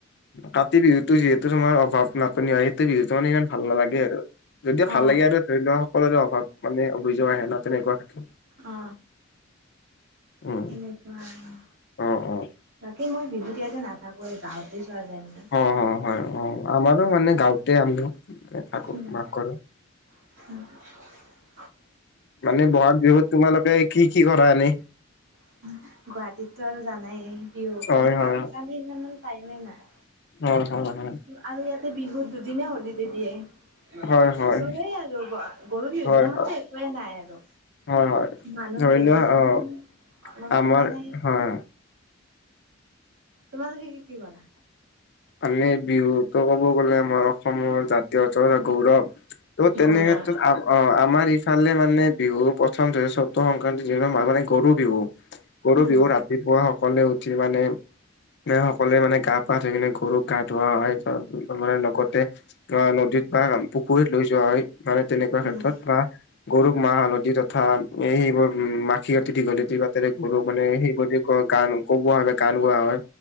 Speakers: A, on the left (about 60°); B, on the right (about 70°).
A: কাতি বিহুতো যিহেতু তোমাৰ অভাৱ নাটনি হয় সেইটো বিহু তাৰ মানে ইয়াক ভাল নালাগে আৰু। তাকে ভাল
B: অ',
A: লাগে আৰু ধৰি লোৱা সকলোৰে অভাৱ মানে অভিযোগ আহে ন তেনেকুৱা। থাকে।
B: অ'
A: উম,
B: এনেকুৱা আৰু।
A: অ', অ'।
B: বাকী মই বিহুত ইয়াতে নাথাকোৱেই গাঁৱতেই যোৱা যায়।
A: অ' অ' হয় হয় আমাৰো মানে গাঁওতে আমি থাকো,
B: উম,
A: বাস কৰো।
B: <inaudible>
A: মানে বহাগ বিহুত তোমালোকে কি কি কৰা এনেই?
B: <unintelligible> গুৱাহাটীত টো আৰু জানাই বিহু
A: হয়,
B: মানে,
A: হয়,
B: কাৰো কাৰণে ইমান মানে টাইমে নাই।
A: হয়, হয়, হয়।
B: আৰু ইয়াতে বিহুত দুদিনে হলিডে দিয়ে। আছোঁ
A: হয়, হয়, হয়,
B: সেইয়াই ৰ'বা, গৰু বিহুৰ
A: হয়,
B: দিনাখনতো
A: হয়।
B: একোয়ে নাই আৰু।
A: হয়, হয়,
B: মানুহ
A: ধৰি
B: বিহুৰ
A: লোৱা
B: দিনাখন
A: অ'
B: অলপমান
A: আমাৰ
B: মানে।
A: হয়।
B: তোমালোকে কি কি কৰা?
A: মানে বিহুটো ক'ব গ'লে, আমাৰ অসমৰ জাতীয় উৎসৱ এটা গৌৰৱ। ত' তেনেক্ষেত্ৰত
B: গৌৰৱ
A: আমা অ আমাৰ ইফালে মানে বিহুৰ প্ৰথম <unintelligible> চ'তৰ সংক্ৰান্তিৰ মানে গৰু বিহু। গৰু
B: উম
A: বিহু ৰাতিপুৱা সকোলোৱে উঠি মানে, সকলোৱে মানে গা পা ধুই কিনে গৰুক গা ধুওৱা হয় বা তাৰ লগতে অ নদীত বা পুখুৰীত লৈ যোৱা হয়। মানে তেনেকুৱা ক্ষেত্ৰত
B: উম
A: বা গৰুক মাহ হালধি <unintelligible> <unintelligible> এ সেইবোৰ উম মাখিয়তি দীঘলতি পিতেৰে গৰু মানে সেই বুলি কয় গা কোবোৱা হয়, গান গোৱা হয়